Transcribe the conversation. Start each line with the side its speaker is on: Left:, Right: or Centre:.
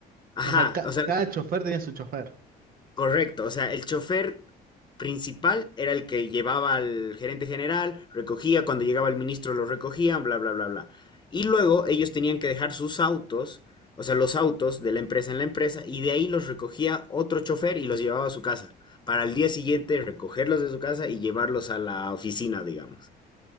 Left: Ajá,
Right: O sea, ca-
Left: o sea,
Right: cada chofer tenía su chofer.
Left: Correcto, o sea, el chofer principal era el que llevaba al gerente general, recogía, cuando llegaba el ministro lo recogían, bla, bla, bla, bla. Y luego ellos tenían que dejar sus autos, o sea, los autos de la empresa en la empresa, y de ahí los recogía otro chofer y los llevaba a su casa, para al día siguiente recogerlos de su casa y llevarlos a la oficina, digamos.